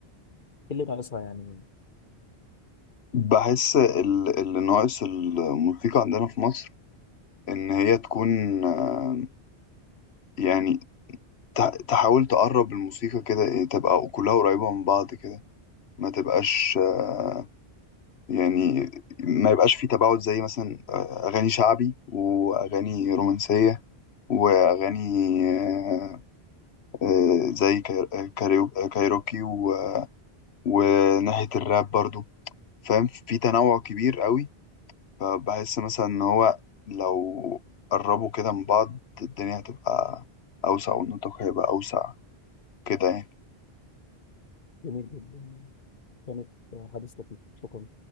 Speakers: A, on the left; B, on the left.
A: اللي ناقصها يعني
B: بحس ال- اللي ناقص الموسيقى عندنا في مصر إن هي تكون آه، يعني تح- تحاول تقرب الموسيقى كده إيه، تبقى كلها قريبة من بعض كده ما تبقاش آه، يعني ما يبقاش في تباعد زي مثلا آه، أغاني شعبي وأغاني رومانسية وأغاني آه، آه، زي كا- كاريو- كايروكي و- وناحية الراب برضو فاهم في تنوع كبير قوي فبحس مثلا إن هو لو قربوا كده من بعض الدنيا هتبقى أوسع والنطاق هيبقى أوسع كده يعني
A: جميل جدا كانت آه، حديث لطيف شكرا